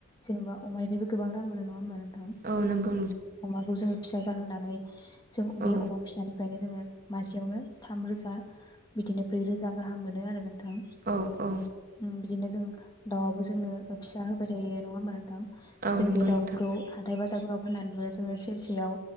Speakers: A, on the left (about 20°); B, on the right (about 40°).
A: जेनेबा अमानिफ्रायबो गोबां रां मोनो नङा होनोमबा नों-
B: औ नोंगौ
A: अमाखौ जोङो फिसा जाहोनानै जों बे
B: औ
A: अमा फिसानिफ्रायनो जोङो मासेयावनो थाम रोजा बिदिनो ब्रै रोजा गाहाम मोनो आरो नो थां
B: औ औ
A: उम बिदिनो जों दाउआबो जोंनो फिसा होबाय थायो नङा होमबा नों थां
B: औ
A: जों
B: नंगौ
A: बे दाउखौ
B: नोंथां
A: हाथाय बाजा थायफोराव होननानैबो जोङो सेरसेयाव